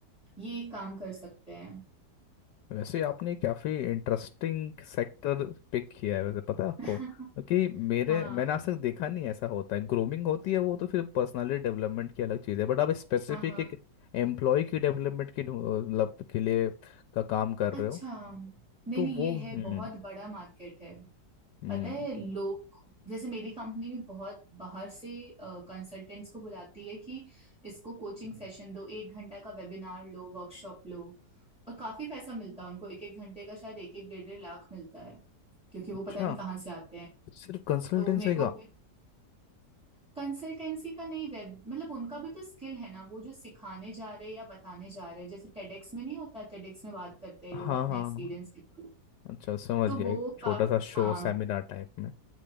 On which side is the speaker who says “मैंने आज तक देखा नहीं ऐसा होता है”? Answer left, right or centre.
Left